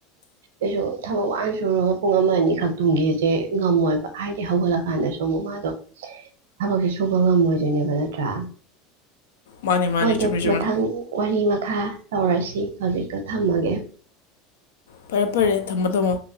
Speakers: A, on the right; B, on the left.
A: ꯑꯦꯁꯨ ꯊꯃ ꯁꯨꯔꯒ ꯄꯨꯡ ꯑꯃ ꯑꯅꯤꯈꯛ ꯊꯨꯡꯒꯦꯁꯦ ꯉꯝꯃꯣꯏꯕ ꯍꯥꯏꯗꯤ ꯍꯧꯒꯠꯂꯀꯥꯟꯗꯁꯨ ꯑꯃꯨꯛ ꯃꯥꯗꯣ ꯊꯕꯛꯁꯦ ꯁꯨꯕ ꯉꯝꯃꯣꯏꯗꯣꯏꯅꯦꯕ ꯅꯠꯇ꯭ꯔꯥ
B: ꯃꯥꯅꯤ ꯃꯥꯅꯤ
A: ꯍꯗꯣ
B: ꯆꯨꯝꯃꯤ ꯆꯨꯝꯃꯤ
A: ꯃꯊꯪ ꯋꯥꯔꯤ ꯈꯥ ꯇꯧꯔꯁꯤ ꯍꯧꯖꯤꯛꯇ ꯊꯝꯃꯒꯦ
B: ꯐꯔꯦ ꯐꯔꯦ ꯊꯝꯃꯣ ꯊꯝꯃꯣ